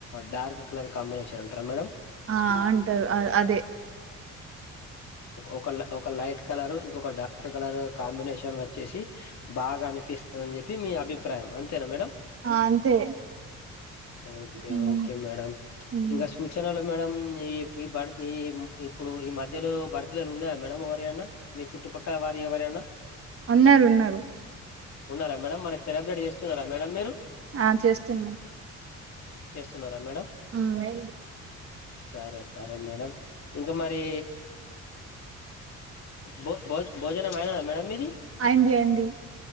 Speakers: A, on the left; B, on the right.
A: డార్క్ కలర్ కాంబినేషన్ ఉంటారా మేడం
B: ఆ అంటారు అదే
A: ఒక ఒక లైట్ కలర్ ఇంకొక డార్క్ కలర్ కాంబినేషన్ వచ్చేసి బాగా అనిపిస్తదని చెప్పి మీ అభిప్రాయం అంతేనా మేడం
B: ఆ అంతే
A: ఓకే
B: ఉమ్,
A: ఓకే మేడం
B: ఉమ్.
A: ఇంగ సూచనలు మేడం ఈ ఈ భర్త ఈ ఇప్పుడు ఈ మధ్యలో బర్త్డేలు ఉన్నాయా మేడం ఎవరియాన్న మీ చుట్టుపక్కల వారియి ఎవరైనా
B: ఉన్నారు ఉన్నారు
A: ఉన్నారా మేడమ్ మరి సెలబ్రేట్ చేస్తున్నారా మేడమ్ మీరు
B: ఆ చేస్తున్నాం
A: చేస్తున్నారా మేడం
B: ఆ అయింది
A: సరే సరే మేడం ఇంకా మరి భో భోజ భోజనం అయినదా మేడం మీది
B: అయింది అయింది